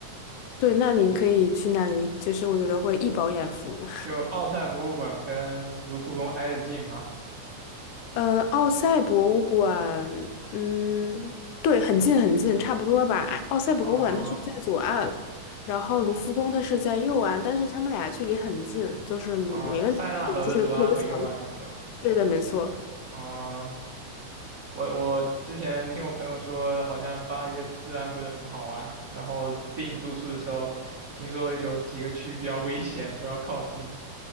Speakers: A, on the left (about 85°); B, on the right (about 55°).
A: 对，那你可以去那里，就是我觉得会一饱眼福。
B: 就奥赛博物馆跟卢浮宫挨得近嘛，
A: 呃，奥赛博物馆，嗯，对，很近很近，差不多吧。奥赛博物馆它是在左岸，
B: 啊
A: 然后卢浮宫它是在右岸，但是它们俩距离很近，就是没问题，
B: 啊，塞纳河的左岸和右岸是吧？
A: 就是过一个桥就。对的，没错。
B: 啊、我我之前听我朋友说，好像巴黎的治安不是很好啊，然后订住宿的时候，听说有几个区比较危险，不要靠近。